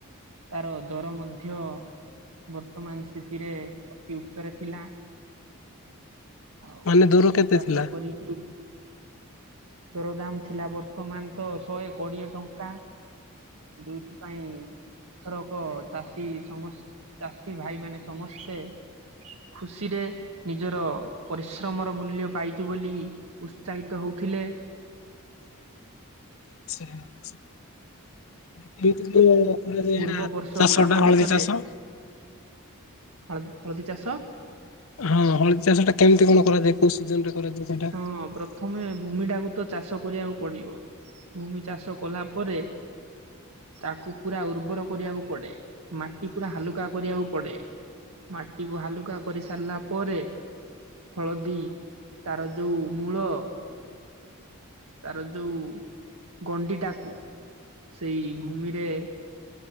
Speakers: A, on the right (about 80°); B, on the left (about 65°).
A: ତାର ଦର ମଧ୍ୟ ବର୍ତ୍ତମାନ ସ୍ଥିତିରେ ଅତି ଉଚ୍ଚରେ ଥିଲା। ଆଉ
B: ମାନେ ଦୂର
A: ଏଇ
B: କେତେ
A: ଚାଷ
B: ଥିଲା?
A: କରିକି ଦରଦାମ ଥିଲା ବର୍ତ୍ତମାନ ତ ଶହେ କୋଡିଏ ଟଙ୍କା। ଯେଉଥିପାଇଁ ଏଥରକ ଚାଷୀ ସମ ଚାଷୀ ଭାଇ ମାନେ ସମସ୍ତେ ଖୁସିରେ ନିଜର ପରିଶ୍ରମର ମୂଲ୍ୟ ପାଇଚୁ ବୋଲି ଉତ୍ସାହିତ ହଉଥିଲେ।
B: ଆଚା। <unintelligible>
A: ପୂର୍ବ ବର୍ଷ
B: ଚାଷ
A: ଗୁଡା
B: ଟା
A: ମାନଙ୍କରେ
B: ହଳଦୀ ଚାଷ।
A: ହଳ ହଳଦୀ ଚାଷ
B: ହଁ ହଳଦୀ ଚାଷ ଟା କେମିତି କଣ କରାଯାଏ କୋଉ ସିଜନ ରେ କରାଯାଏ ସେଇଟା?
A: ହଁ ପ୍ରଥମେ ଭୂମି ଟାକୁ ତ ଚାଷ କରିବାକୁ ପଡିବ ଭୂମି ଚାଷ କଲା ପରେ ତାକୁ ପୁରା ଉର୍ବର କରିବାକୁ ପଡ଼େ ମାଟି ପୁରା ହାଲୁକା କରିବାକୁ ପଡ଼େ ମାଟିକୁ ହାଲୁକା କରି ସାରିଲା ପରେ ହଳଦୀ ତାର ଯୋଉ ମୂଳ ତାର ଯୋଉ ଗଣ୍ଡିଟାକୁ ସେଇ ଭୂମିରେ